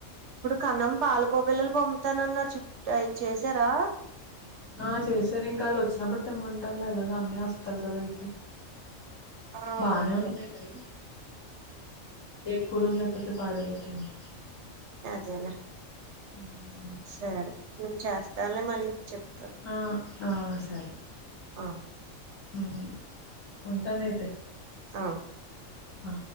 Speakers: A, on the right (about 65°); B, on the left (about 80°).
A: ఇప్పుడు కన్నం పాలకోబిల్లలు పంపుతానన్నారు చిప్ అయి చేశారా
B: ఆ చేశారు ఇంకాళ్ళోచ్చినప్పుడు తెమ్మంటాన్లే ఎలాగ అన్నాయోస్తాడు కదా అయితే
A: ఆ
B: బానే
A: అవునులే
B: ఉన్నాయి మరి ఎక్కువరోజులై పోతే పాడైపోతాయేమో
A: అదేలె
B: మ్
A: సరే నేన్ చేస్తాన్లే మళ్ళీ చెప్తాను
B: ఆ ఆ సరే
A: అ
B: మ్ ఉంటానయితే
A: అ
B: ఆ